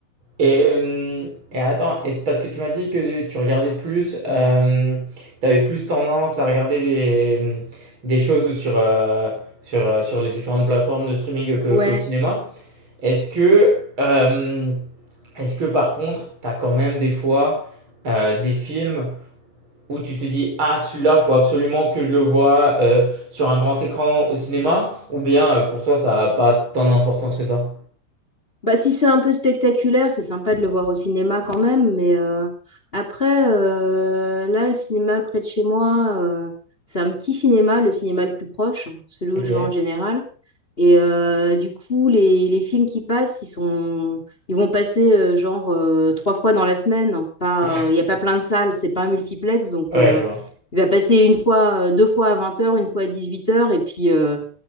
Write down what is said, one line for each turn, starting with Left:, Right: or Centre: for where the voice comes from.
Right: et hem et attends et parce que tu m'as dit que tu regardais plus, hem, tu plus tendance à regarder des, mmh, des choses sur, heu, sur, heu, sur les différentes plateformes de streaming que
Left: Ouais.
Right: qu'au cinéma. Est-ce que, euh, est-ce que par contre, tu as quand même des fois euh, des films où tu te dis Ah, celui-là, faut absolument que je le voie euh, sur un grand écran au cinéma? Ou bien euh, pour toi, ça n'a pas tant d'importance que ça?
Left: Bah, si c'est un peu spectaculaire, c'est sympa de le voir au cinéma quand même, mais euh, après, euh, là, le cinéma près de chez moi, euh, c'est un petit cinéma, le cinéma le plus proche, celui où
Right: Ok.
Left: je vais en général. Et euh, du coup, les, les films qui passent, ils sont, ils vont passer euh, genre euh, trois fois dans la semaine. Pas,
Right: <laughs>
Left: euh, il n'y a pas plein de salles, c'est pas un multiplex, donc
Right: Ouais,
Left: euh,
Right: je vois.
Left: il va passer une fois, euh, deux fois à 20 heures, une fois à 18 heures, et puis euh,